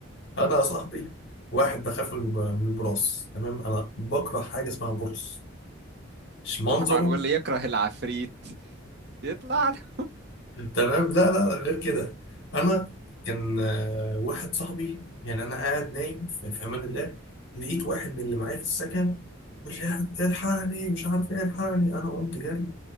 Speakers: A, on the left; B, on the right.
A: انا يا صاحبي واحد بخاف من الب- من البراس تمام انا بكره حاجه اسمها البرص مش منظره
B: طبعا واللي يكره العفريت يطلع له
A: تمام لا لا لا، غير كده انا كان آه، واحد صاحبي يعني انا قاعد نايم في في امان الله لقيت واحد من اللي معايا في السكن بيقول لي الحقني مش عارف ايه الحقني انا قمت جري